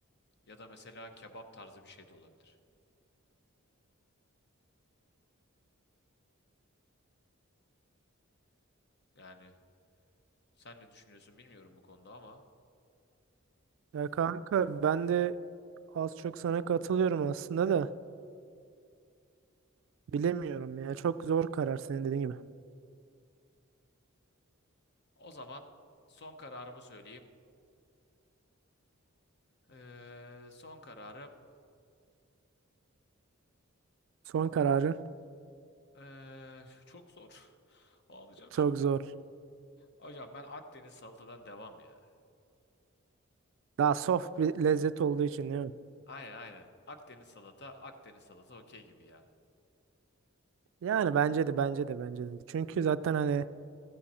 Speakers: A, on the left; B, on the right.
A: Ya da mesela kebap tarzı bir şey de olabilir. Yani sen ne düşünüyorsun bilmiyorum bu konuda ama
B: Ya kanka ben de az çok sana katılıyorum aslında da bilemiyorum ya. Çok zor karar senin dediğin gibi.
A: o zaman son kararımı söyleyeyim. Ee, son kararım
B: Son kararın
A: ee, çok zor. <laughs> Ağlayacağım
B: çok
A: şimdi.
B: zor.
A: Hocam ben Akdeniz salatadan devam ya.
B: Daha soft bir lezzet olduğu için değil mi?
A: Aynen aynen. Akdeniz salata, Akdeniz salata okey gibi ya.
B: Yani bence de bence de bence de. Çünkü zaten hani